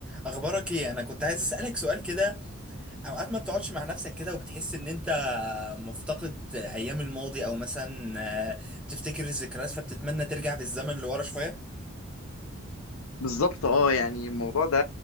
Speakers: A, in the centre; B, on the left.
A: اخبارك ايه انا كنت عايز اسالك سؤال كده اوقات ما بتقعدش مع نفسك كده وبتحس ان انت مفتقد ايام الماضي او مثلا آه، بتفتكر الذكريات فبتتمنى ترجع بالزمن لورا شويه
B: بالظبط اه يعني الموضوع ده